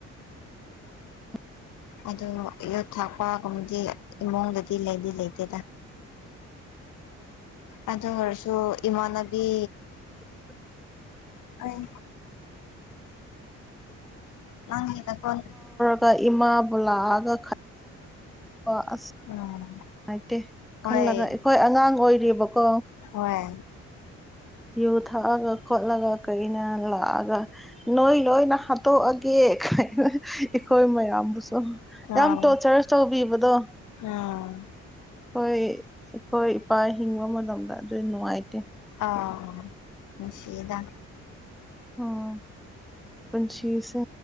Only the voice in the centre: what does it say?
<inaudible>
ꯀ ꯏꯃꯥꯕꯨ ꯂꯥꯛꯑꯒ ꯑꯣ ꯑꯁ
ꯅꯨꯡꯉꯥꯏꯇꯦ
ꯈꯜꯂꯒ ꯑꯩꯈꯣꯏ ꯑꯉꯥꯡ ꯑꯣꯏꯔꯤꯕꯀꯣ
ꯌꯨ ꯊꯛꯑꯒ ꯈꯣꯠꯂꯒ ꯀꯩꯅ ꯂꯥꯛꯑꯒ ꯅꯣꯏ ꯂꯣꯏꯅ ꯍꯥꯠꯇꯣꯛꯑꯒꯦ ꯑꯩꯈꯣꯏ ꯃꯌꯥꯝꯕꯨꯁꯨ
ꯌꯥꯝ ꯇꯣꯔꯆꯔ ꯇꯧꯕꯤꯕꯗꯣ
ꯍꯣꯏ ꯑꯩꯈꯣꯏ ꯏꯄꯥ ꯍꯤꯡꯕ ꯃꯇꯝꯗ ꯑꯗꯨꯏ ꯅꯨꯡꯉꯥꯏꯇꯦ
ꯎꯝ ꯄꯨꯟꯁꯤꯁꯦ